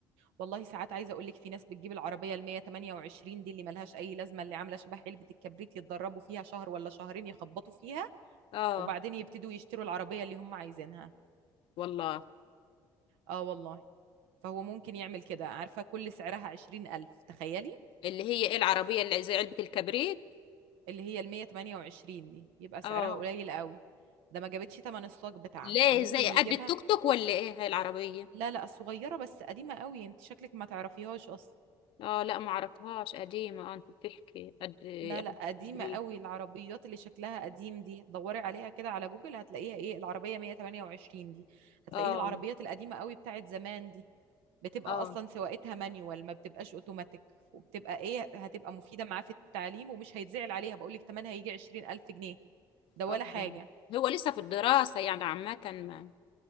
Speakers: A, on the right (about 85°); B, on the left (about 65°).
A: والله ساعات عايزه اقول لك في ناس بتجيب العربيه ال 128 دي اللي ملهاش اي لازمه اللي عامله شبه علبه الكبريت يتدربوا فيها شهر ولا شهرين يخبطوا فيها
B: اه
A: وبعدين يبتدوا يشتروا العربيه اللي هم عايزينها
B: والله
A: اه والله فهو ممكن يعمل كده عارفة كل سعرها عشرين ألف تخيلي
B: اللي هي ايه العربية اللي زي علبة الكبريت
A: اللي هي ال 128 دي يبقى سعرها
B: اه
A: قليل قوي ده ما جابتش تمن الصاج بتاعها
B: ليه
A: فممكن
B: زي
A: يجيبها
B: قد التوك توك ولا ايه هاي العربية
A: لا لا صغيرة بس قديمة قوي انت شكلك ما تعرفيهاش اصلا
B: اه لا ما اعرفهاش قديمة اه انت بتحكي قد إيه،
A: لا
B: علبة
A: لا قديمة
B: الكبريت
A: قوي العربيات اللي شكلها قديم دي دوري عليها كده على جوجل هتلاقيها ايه العربية 128 دي هتلاقيها
B: اه
A: العربيات القديمة قوي بتاعت زمان دي بتبقى
B: اه
A: اصلا سواقتها مانيوال ما بتبقاش اوتوماتيك وبتبقى ايه هتبقى مفيدة معاه في التعليم ومش هيتزعل عليها بقول لك تمنها هيجي 20000 جنيه ده
B: اه
A: ولا حاجة
B: هو لسه في الدراسة يعني عامة ما